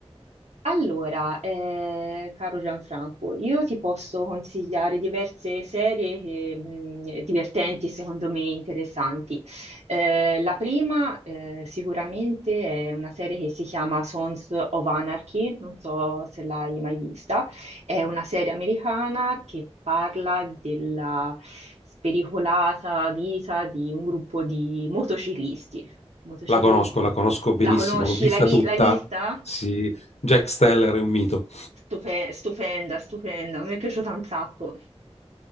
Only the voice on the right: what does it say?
Allora, eh, caro Gianfranco, io ti posso consigliare diverse serie che, mh, divertenti e secondo me interessanti. Eh, la prima, eh, sicuramente è una serie che si chiama Sons of Anarchy, non so se l'hai mai vista. È una serie americana che parla della spericolata vita di un gruppo di motociclisti. Motociclisti.
La conosci?
L'hai vi-
l'hai vista?
Stupe- stupenda, stupenda, mi è piaciuta un sacco.